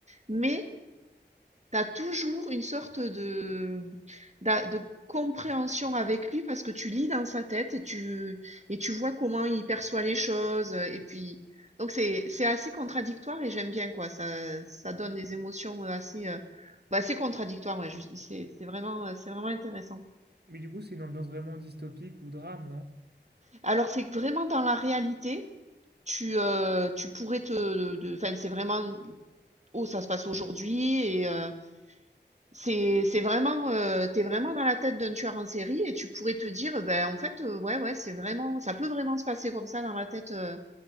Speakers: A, on the right; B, on the right.
A: mais T'as toujours une sorte de, d'a- de compréhension avec lui parce que tu lis dans sa tête et tu, et tu vois comment il perçoit les choses. Et puis, donc c'est, c'est assez contradictoire et j'aime bien quoi. Ça, ça donne des émotions euh, assez, euh, bah, assez contradictoires. Ouais, juste- c'est, c'est vraiment, euh, c'est vraiment intéressant.
B: Mais du coup, c'est une ambiance vraiment dystopique ou drame, non?
A: Alors c'est que vraiment dans la réalité. Tu, euh, tu pourrais te, de, de- enfin, c'est vraiment, oh, ça se passe aujourd'hui et, euh, C'est c'est vraiment, heu, tu vraiment dans la tête d'un tueur en série et tu pourrais te dire, euh, ben, en fait, heu, ouais, ouais, c'est vraiment ça peut vraiment se passer comme ça dans la tête, heu,